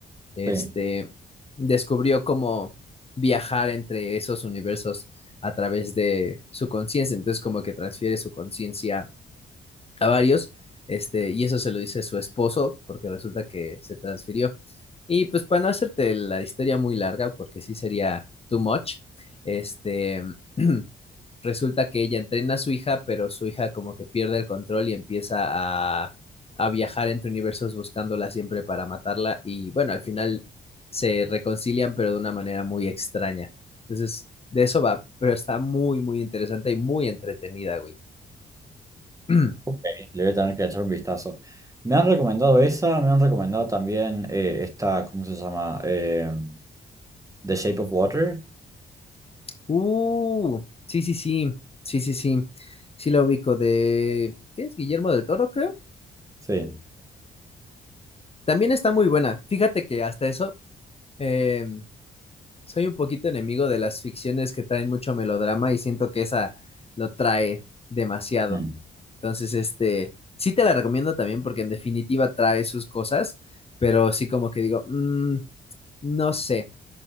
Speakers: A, on the left (about 30°); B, on the right (about 15°).
A: este,
B: Sí,
A: descubrió cómo viajar entre esos universos a través de su conciencia. Entonces como que transfiere su conciencia a varios, este, y eso se lo dice su esposo, porque resulta que se transfirió. Y pues para no hacerte la historia muy larga, porque sí sería too much, este, <clears throat> resulta que ella entrena a su hija, pero su hija como que pierde el control y empieza a, a viajar entre universos buscándola siempre para matarla, y bueno, al final se reconcilian, pero de una manera muy extraña. Entonces, de eso va, pero está muy, muy interesante y muy entretenida, güey. <clears throat>
B: ok, le voy a tener que echar un vistazo. Me han recomendado esa, me han recomendado también eh, esta, ¿cómo se llama? Em, The Shape of Water.
A: Uh, sí, sí, sí, sí, sí, sí, sí la ubico de, ¿qué es? Guillermo del Toro, creo.
B: Sí.
A: También está muy buena. Fíjate que hasta eso, eh, soy un poquito enemigo de las ficciones que traen mucho melodrama y siento que esa lo trae demasiado.
B: mm.
A: Entonces, este, sí te la recomiendo también porque en definitiva trae sus cosas, pero sí como que digo, mm, no sé.